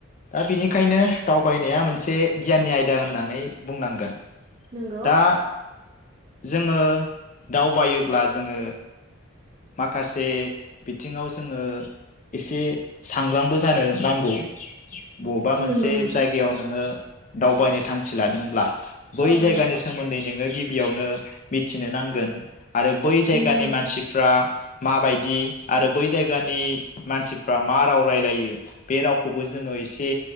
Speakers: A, on the left; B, on the right.
A: दा बेनिखायनो दावबायनाया मोनसे गियाननि आयदा होननानै बुंनांगोन।
B: नोंगौ।
A: दा जोङो दावबायोब्ला जोङो माखासे बिथिङाव जोङो एसे सांग्रांबो जानो नांगौ। बबेबा मोनसे
B: नंगौ नोंथां
A: जायगायाव नोङो दावबायनो थांखि लादोंब्ला। बै
B: औ
A: जायगानि
B: नंगौ
A: सोमोन्दै नोङो गिबि बेयावनो मिथिनो नांगोन। आरो बै जायगानि
B: नंगौ नोंथां
A: मानसिफ्रा माबायदि आरो बै जायगानि मानसिफ्रा मा राव रायलायो बे रावखौबो जोङो एसे